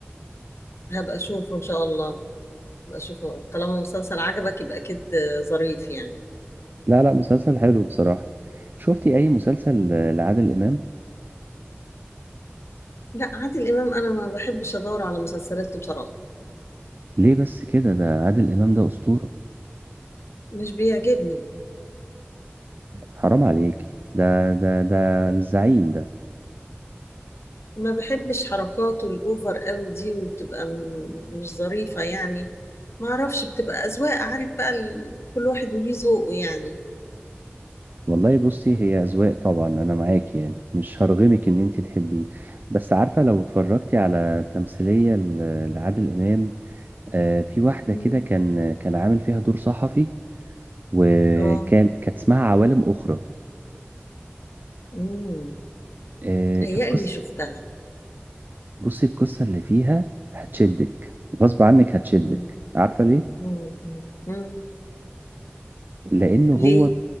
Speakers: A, on the left (about 80°); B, on the right (about 50°).
A: هبقى اشوفه ان شاء الله هبقى اشوفه طالما مسلسل عجبك يبقى اكيد آه، ظريف يعني
B: لا لا مسلسل حلو بصراحه شفتي اي مسلسل آه، لعادل امام
A: لا عادل امام انا ما بحبش ادور على مسلسلاته بصراحه
B: ليه بس كده ده عادل امام ده اسطوره
A: مش بيعجبني
B: حرام عليكي ده ده ده الزعيم ده
A: ما بحبش حركاته الأوفر قوي دي وبتبقى م- مش ظريفة يعني ما أعرفش بتبقى أذواق عارف بقى ال... كل واحد وليه ذوقه يعني
B: والله بصي هي أذواق طبعا أنا معاكي يعني مش هرغمك إن أنت تحبيه بس عارفة لو اتفرجتي على تمثيلية ل- لعادل إمام آه، في واحدة
A: مم.
B: كده كان كان عامل فيها دور صحفي وكان
A: اه
B: كانت اسمها عوالم أخرى
A: امم
B: آه،
A: هيقلي
B: القصة
A: شفتها
B: بصي القصة اللي فيها هتشدك غصب عنك هتشدك
A: مم.
B: عارفة ليه؟
A: مم. مم. مم.
B: لأنه هو
A: ليه